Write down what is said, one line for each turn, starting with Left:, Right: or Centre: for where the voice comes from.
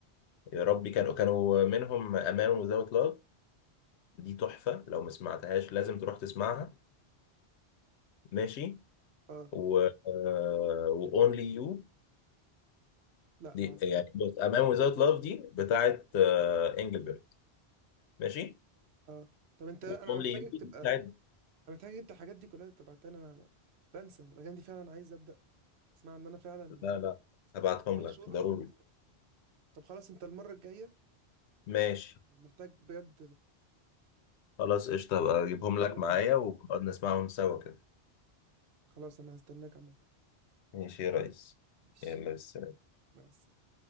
Left: يا ربي كانوا كانوا منهم امان وذاوت لاف دي تحفة لو ما سمعتهاش لازم تروح تسمعها ماشي
Right: اه
Left: و آه، و Only You
Right: لا
Left: دي
Right: ما اعرفهاش
Left: يعني بص A Man Without Love دي بتاعت آه، انجلبرت ماشي
Right: اه طب انت انا
Left: و Only
Right: محتاجك
Left: You دي
Right: تبقى
Left: بتاعت
Right: انا محتاجك انت الحاجات دي كلها تبعتها لي، انا بنسى الاغاني دي فعلا عايز ابدا اسمع ان انا فعلا
Left: لا لا هبعتهم
Right: محشور
Left: لك ضروري
Right: في في- طب خلاص انت المره الجايه
Left: ماشي
Right: محتاج بجد
Left: خلاص قشطة هبقى اجيبهم
Right: كلها
Left: لك معايا
Right: معاك
Left: ونقعد نسمعهم سوا كده
Right: خلاص انا هستناك عامه
Left: ماشي يا ريس
Right: ماشي
Left: يلا بس
Right: مع السلامه